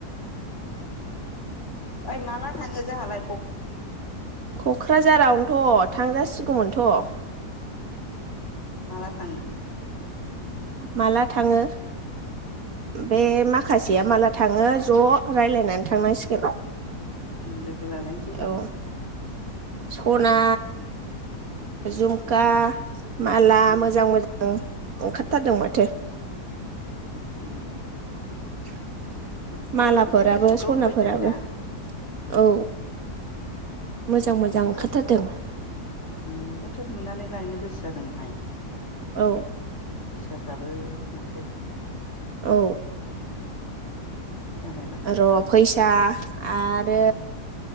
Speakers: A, on the left; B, on the right.
A: ओइ माला थांङो। जोहालाय
B: कक्राझारावनोथ' थांजासिगौमोनथ'
A: माला थांनो।
B: माला थांङो बे माखासेया माला थांङो ज राय्लायनानै थांनांसिगोन।
A: उम दे। लोगो लालायनोसै बाल।
B: औ सना झुमखा
A: उम
B: माला
A: उम
B: मोजां मोजां। ओंखारथारदों माथो।
A: उम।
B: <inaudible> मालाफोराबो
A: औ फेसबुकआव
B: सनाफोराबो
A: होबाय थायोना।
B: औ। मोजां
A: उम
B: मोजां
A: बेखौनोथ'
B: ओंखारथारदों।
A: बेखौनोथ नुनानै लायनो गोसो जादोंमोनहाय।
B: औ।
A: फैसा। फ्राबो माथो।
B: औ
A: जालायलाङा
B: र फैसा। आ आरो